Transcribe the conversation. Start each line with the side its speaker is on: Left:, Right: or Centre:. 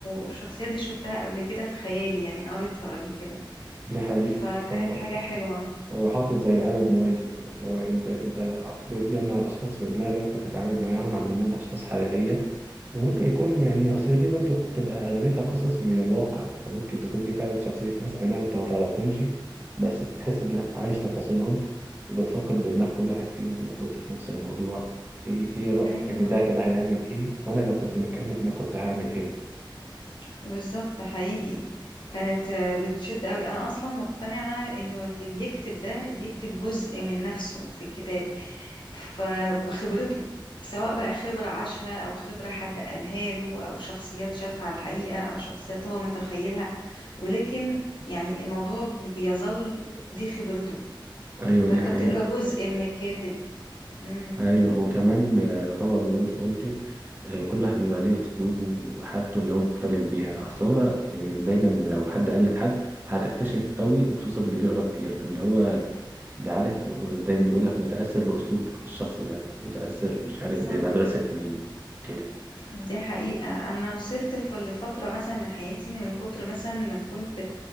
Left: الشخصيات دي شفتها قبل كده في خيالي يعني قريتها قبل كده
Right: دي حقيقة
Left: فكانت
Right: هو
Left: حاجة
Right: هو
Left: حلوة
Right: هو حاطط زي عالم موازي كده اللي هو انت انت بتجمع الاشخاص في دماغك وتتعامل معاهم على انهم اشخاص حقيقية وممكن يكون يعني اصل دي برضو بتبقى اغلبيتها قصص من الواقع فممكن تكون دي فعلا شخصية ناس اي نعم انت ما تعرفهمش بس تحس انك عايش تفاصيلهم وبتفكر بدماغ كل واحد فيهم لو كنت في نفس الموضوع ايه ايه رأي
Left: ايوه
Right: يعني ده كده هيعمل ايه وانا لو كنت مكانه انا كنت هعمل ايه
Left: بالظبط حقيقي كانت آه، بتشد قوي انا اصلا مقتنعة انه اللي بيكتب ده بيكتب جزء من نفسه في الكتاب فبخبرته سواء بقى خبرة عاشها او خبرة حد قالها له او شخصيات شافها على الحقيقة او شخصيات هو متخيلها ولكن يعني الموضوع بيظل دي خبرته
Right: ايوه
Left: فانت
Right: دي حقيقة
Left: بتقرا جزء من الكاتب امم
Right: ايوه وكمان آه، طبعا زي ما انت قلتي آه، كل واحد بيبقى ليه اسلوبه وحاجته اللي هو مختلف بيها اصل هو يعني دايما لو حد قلد حد هتكتشف قوي وخصوصا اللي بيقرا كتير اللي هو ده عارف زي ما بيقول لك متأثر باسلوب الشخص ده متأثر مش عارف بمدرسة
Left: صح
Right: مين كده
Left: دي حقيقة
Right: ف-
Left: أنا وصلت في لفترة مثلا من حياتي إن من كتر مثلا ما كنت